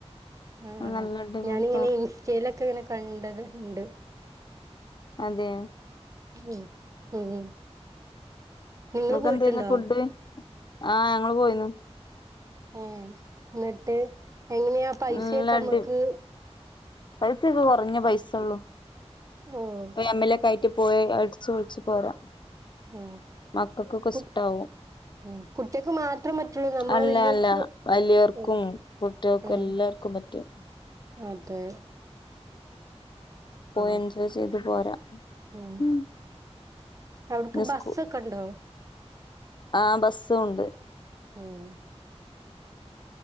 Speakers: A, on the right; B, on the left.
A: ആ ആ
B: നല്ല അടിപൊളി
A: ഞാനിങ്ങനെ
B: പാർക്ക്
A: ഇൻസ്റ്റയിലൊ ങ്ങനെ കണ്ടത് ഇണ്ട്
B: അതെ
A: ഉം ഉം ഉം നിങ്ങള്
B: നിങ്ങൾക്ക്
A: പോയിട്ടുണ്ടോ
B: എന്തായിരുന്നു ഫുഡ് ആ ഞങ്ങള് പോയിന്നു.
A: ഏഹ് എന്നിട്ട് എങ്ങനെയാ പൈസൊക്കെ
B: നല്ല
A: നമ്മക്ക്
B: അടി പൈസൊക്കെ കൊറഞ്ഞ പൈസൊള്ളു
A: ഓഹ്
B: <unintelligible> പോയി അടിച്ചുപൊളിച്ച് പോരാം
A: ആഹ്
B: മക്കക്കൊക്കെ
A: കു
B: ഇഷ്ട്ടാവും
A: ഉം കുട്ട്യേക്ക് മാത്രം പറ്റുള്ളൂ നമ്മള്
B: അല്ല
A: വല്ല്യോൽക്ക്
B: അല്ല വലിയവർക്കും
A: ഉം
B: കുട്ടികൾക്കും
A: ഉം
B: എല്ലാർക്കും പറ്റും
A: അതെ
B: പോയി
A: ഉം
B: എൻജോയ് ചെയ്ത് പോരാ
A: ഉം
B: പിന്നെ
A: അവിടക്ക് ബസ്സൊക്കെ
B: സ്കൂ
A: ഇണ്ടോ
B: ആ ബസ്സു ഉണ്ട്
A: ഇം